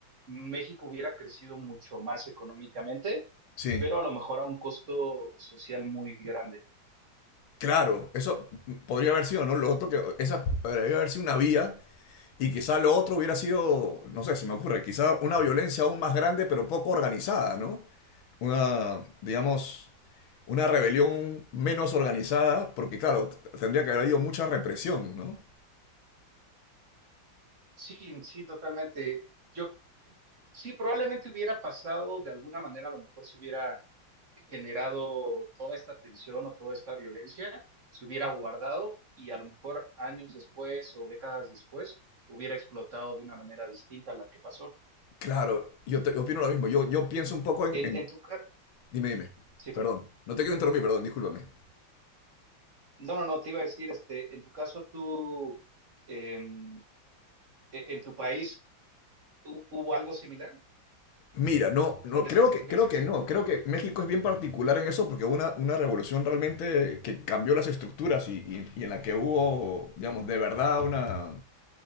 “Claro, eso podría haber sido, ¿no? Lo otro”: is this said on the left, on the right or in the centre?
Left